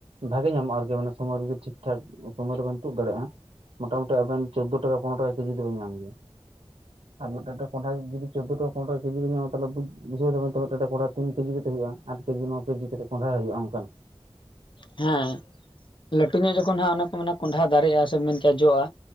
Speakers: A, on the right; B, on the left.
A: ᱵᱷᱟᱜᱮ ᱧᱟᱢᱚᱜᱼᱟ ᱟᱨᱠᱤ ᱢᱟᱱᱮ ᱥᱚᱢᱚᱭ ᱨᱮᱤ ᱴᱷᱤᱠ ᱴᱷᱟᱠ ᱥᱚᱢᱳᱭ ᱨᱮᱵᱮᱱ ᱛᱩᱫ ᱫᱟᱲᱮᱭᱟᱜᱼᱟ᱾ ᱢᱚᱴᱟᱢᱩᱴᱤ ᱟᱵᱮᱱ ᱪᱳᱫ ᱴᱟᱠᱟ ᱯᱚᱱᱮᱨᱚᱟᱠᱟ ᱠᱮᱡᱤ ᱫᱚᱵᱮᱱ ᱧᱟᱢ ᱜᱮᱭᱟ᱾ ᱟᱨ ᱢᱤᱫ ᱢᱤᱫ ᱴᱮᱱ ᱠᱚᱸᱰᱷᱟ ᱡᱩᱫᱤ ᱪᱳᱫᱽᱳᱚ ᱴᱟ ᱯᱚᱱᱨᱚ ᱠᱮᱡᱤ ᱨᱮ ᱧᱟᱢᱟ ᱛᱚᱞᱮ ᱵᱩᱡᱷᱟᱹᱣ ᱛᱵ ᱛᱚᱵ ᱢᱤᱫᱴᱟᱮᱱ ᱠᱚᱰᱦᱟ ᱛᱤᱱ ᱠᱮᱡᱤ ᱠᱟ ᱠᱟᱛᱮ ᱦᱩᱭᱩᱜᱼᱟ ᱟᱴ ᱠᱮᱡᱤ ᱱᱚ ᱠᱮᱡᱤ ᱠᱟ ᱠᱟᱛᱮ ᱠᱚᱸᱦ ᱦᱩᱭᱩᱜ ᱚᱱᱠᱱᱟᱜ᱾
B: ᱦᱮᱸ ᱞᱟᱹᱴᱩ ᱧᱚᱜ ᱡᱚᱠᱷᱚᱱ ᱦᱟᱸᱜ ᱚᱱᱟ ᱠᱚ ᱢᱮᱱᱟ ᱠᱚᱸᱰᱷᱟ ᱫᱟᱨᱮᱜᱼᱟ ᱥᱮ ᱢᱮᱱ ᱠᱮᱭᱟ ᱡᱚᱜᱼᱟ,